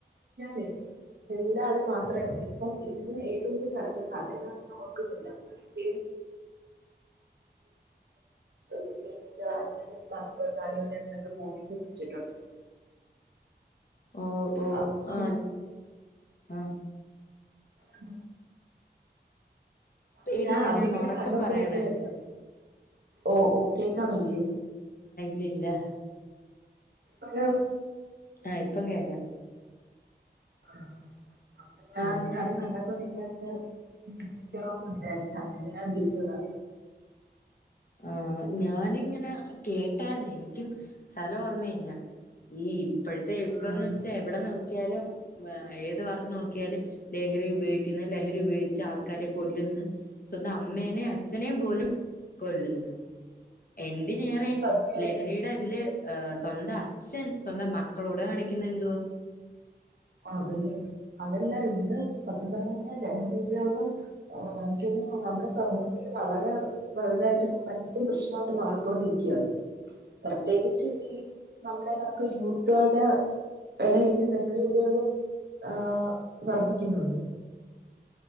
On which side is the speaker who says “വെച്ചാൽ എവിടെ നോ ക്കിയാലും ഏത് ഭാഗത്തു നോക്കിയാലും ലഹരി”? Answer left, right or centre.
Left